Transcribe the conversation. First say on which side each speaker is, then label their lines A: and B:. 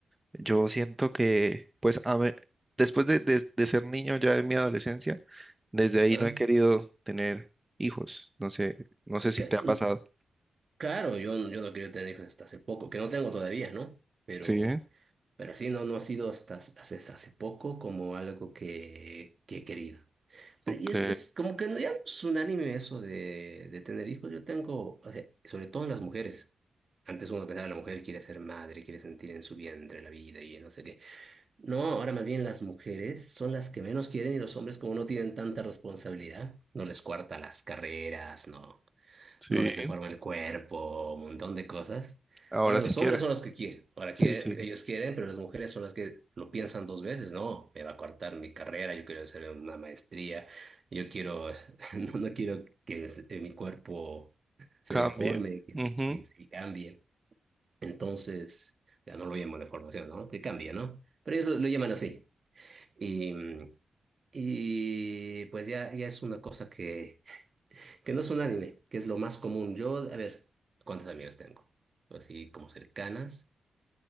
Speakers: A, on the right; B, on the right.
A: Yo siento que, pues, a ver, después de, de- de ser niño ya en mi adolescencia, desde ahí
B: ¿Ah?
A: no he querido tener hijos. No sé, no sé si
B: Que-
A: te ha pasado.
B: n- Claro, yo, no- yo no quiero tener hijos hasta hace poco, que no tengo todavía, ¿no? Pero,
A: Sí,
B: pero sí, no, no ha sido hasta hace, hasta hace poco como algo que, que he querido. Pero
A: ok,
B: y es, es como que ya no es unánime eso de, de tener hijos. Yo tengo, o sea, sobre todo en las mujeres. Antes uno pensaba, la mujer quiere ser madre, quiere sentir en su vientre la vida y no sé qué. No, ahora más bien las mujeres son las que menos quieren y los hombres como no tienen tanta responsabilidad, no les cuartan las carreras, no,
A: sí,
B: no les deforma el cuerpo, un montón de cosas.
A: ahora
B: Ahora los
A: sí quieren.
B: hombres son los que quieren, ahora quieren,
A: Sí, sí,
B: ellos quieren, pero las mujeres son las que lo piensan dos veces, no, me va a cortar mi carrera, yo quiero hacer una maestría, yo quiero, <laughs> no, no quiero que s- eh, mi cuerpo se
A: cambia.
B: deforme, que,
A: Ujú,
B: que se cambie. Entonces, ya no lo llamo deformación, ¿no? Que cambie, ¿no? Pero ellos lo lo llaman así. Y, mm, y pues ya, ya es una cosa que, que no es unánime, que es lo más común. Yo, a ver, ¿cuántas amigas tengo? Así como cercanas.